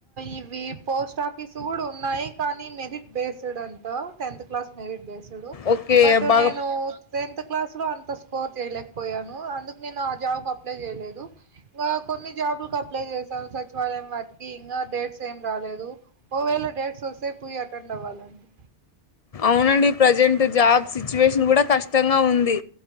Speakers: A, on the right; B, on the left.
A: ఇవి పోస్ట్ ఆఫీసు కూడా ఉన్నాయి కానీ నీ మెరిట్ బేస్డ్ అంట tenth class merit based
B: okay
A: but
B: బాగా
A: నేను టెన్త్ క్లాస్ లో అంత స్కోర్ చేయలేకపోయాను అందుకు నేను ఆ జాబ్‌కి అప్లై చేయలేదు ఇంకా కొన్ని జాబ్లకు అప్లై చేశాను సచివాలయం వాటికి ఇంకా డేట్స్ ఏం రాలేదు ఓవేళ డేట్స్ వస్తే పూయి అటెండ్ అవ్వాలండి
B: అవునండి ప్రజెంట్ జాబ్ సిచ్యువేషన్ కూడా కష్టంగా ఉంది